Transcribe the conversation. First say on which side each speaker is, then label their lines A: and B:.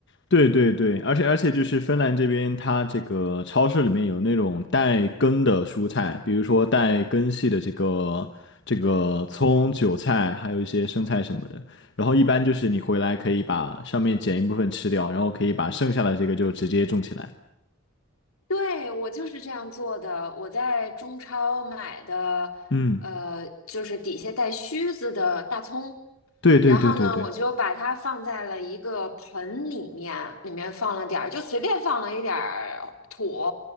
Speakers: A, on the left; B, on the left.
A: 对对对，而且而且就是芬兰这边，它这个超市里面有那种带根的蔬菜，比如说带根系的这个这个葱、韭菜，还有一些生菜什么的。然后一般就是你回来可以把上面剪一部分吃掉，然后可以把剩下的这个就直接种起来。
B: 对，我就是这样做的。我在中超买的，
A: 嗯，
B: 呃，就是底下带须子的大葱，
A: 对对对对对，
B: 然后呢，我就把它放在了一个盆里面，里面放了点儿，就随便放了一点儿土，